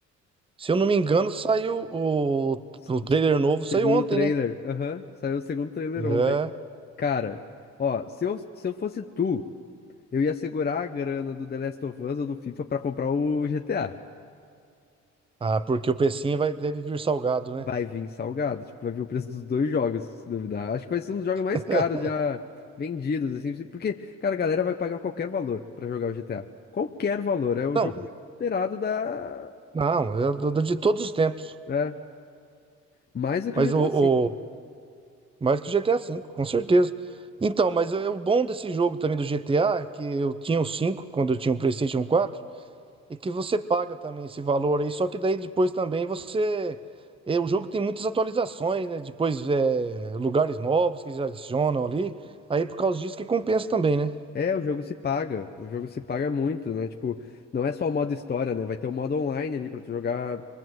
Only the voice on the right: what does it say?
Se eu não me engano, saiu o,
o trailer
novo,
saiu ontem,
né?
É.
Ah, porque o precinho vai, deve vir salgado, né?
<laughs>
Não,
não, é do- do- de todos os tempos.
Mas
o,
Mais que o GTA V, com certeza. Então, mas é é o bom desse jogo também do GTA, que eu tinha o 5 quando eu tinha o PlayStation quatro e que você paga também esse valor aí, só que daí depois também você. é, o jogo tem muitas atualizações, né? Depois é, lugares novos que eles adicionam ali. Aí por causa disso que compensa também, né?